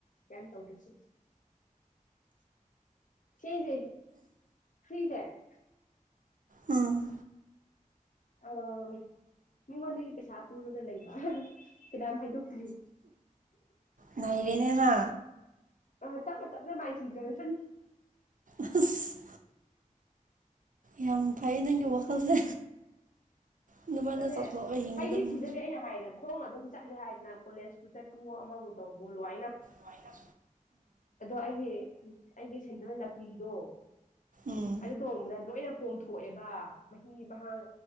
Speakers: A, on the left (about 65°); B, on the right (about 70°).
A: ꯀ ꯇꯧꯗ꯭ꯔꯦꯁꯨ ꯁꯤꯦ ꯁꯤꯁꯦ
B: ꯎꯝ
A: ꯑ ꯃꯤꯉꯣꯟꯗꯒꯤ ꯄꯩꯁꯥ ꯄꯨꯔꯒ ꯂꯩꯕ ꯀꯗꯥꯝ ꯍꯥꯏꯗꯣꯛꯇ꯭ꯔꯤ
B: ꯅꯥꯏꯔꯤꯅꯦꯅꯥ
A: ꯑ ꯇꯃꯦ ꯇꯝꯅꯦ ꯃꯥꯥꯏ ꯆꯒꯔꯦꯁ
B: ꯍꯁ ꯌꯥꯝ ꯐꯩ ꯅꯪꯒꯤ ꯋꯥꯈꯜꯁꯦ ꯑꯗꯨꯃꯥꯏꯅ
A: ꯑꯗꯨꯅꯦ
B: ꯆꯥꯎꯊꯣꯛꯑꯒ ꯍꯤꯡꯒꯗꯕꯅꯤ
A: ꯍꯥꯏꯗꯤ ꯁꯤꯗꯗꯤ ꯑꯩꯅ ꯍꯥꯏꯒꯗꯦ ꯈꯣꯡ ꯑꯗꯨꯝ ꯆꯠꯂꯦ ꯍꯥꯏꯗꯅ ꯀꯣꯂꯦꯖꯄꯨ ꯆꯠꯄ ꯑꯃꯕꯨ ꯇꯧꯕ ꯂꯨ ꯑꯅ
B: ꯍ
A: ꯑꯗꯣ ꯑꯩꯒꯤ ꯑꯩꯒꯤ ꯁꯦꯟꯗꯜ ꯅꯥꯀꯂꯤꯗꯣ
B: ꯎꯝ
A: ꯑꯩꯗꯣ ꯇꯣꯡꯕꯗꯗ ꯂꯣꯏꯅ ꯄꯣꯝꯊꯣꯛꯑꯦꯕ ꯃꯍꯤ ꯃꯍꯥꯡ